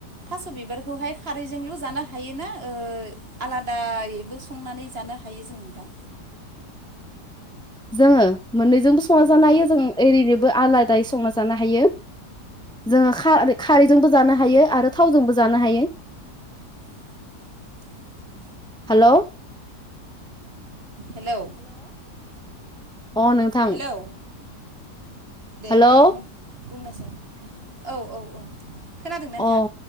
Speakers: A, on the right; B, in the centre.
A: थास' बिबारखौहाय खारैजोंल' जानो हायोना ओ आलादायैबो संनानै जानो हायो जों नोंथां
B: जोङो मोननैजोंबो संना जानो
A: हेलौ
B: हायो जों ओरैनोबो आलादायै संना जानो हायो जोङो खार-खारैजोंबो जानो हायो आरो थावजोंबो जानो हायो
A: <inaudible>
B: हेलौ
A: हेलौ
B: अ नोंथां
A: हेलौ दे
B: हेलौ
A: बुं-बुंनायसाय औ औ औ खोनादोंना नोंथाङा
B: अ